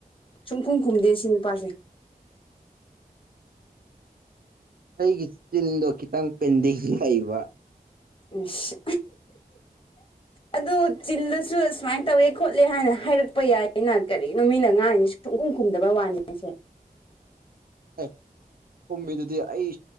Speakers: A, on the left; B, on the right.
A: ꯁꯨꯝ ꯈꯨꯝ ꯈꯨꯝꯗꯦ ꯁꯤ ꯅꯨꯄꯥꯁꯦ꯫
B: ꯑꯩꯒꯤ ꯆꯤꯟꯗꯣ ꯈꯤꯇꯪ ꯄꯦꯟꯗꯤꯡ ꯂꯩꯕ꯫
A: ꯏꯁ ꯑꯗꯨ ꯆꯤꯜꯂꯁꯨ ꯑꯁꯨꯃꯥꯏꯅ ꯇꯧꯋꯦ ꯈꯣꯠꯂꯦ ꯍꯥꯏꯅ ꯍꯥꯏꯔꯛꯄ ꯌꯥꯏꯌꯦꯅ ꯀꯔꯤꯅꯣꯃꯤꯅ ꯉꯥꯡꯉꯤꯁꯦ꯫ ꯁꯨꯡꯈꯨꯝ ꯈꯨꯝꯗꯕꯩ ꯋꯥꯅꯤ ꯁꯦ꯫
B: ꯑꯦ ꯈꯨꯝꯃꯤꯗꯨꯗꯤ ꯑꯩ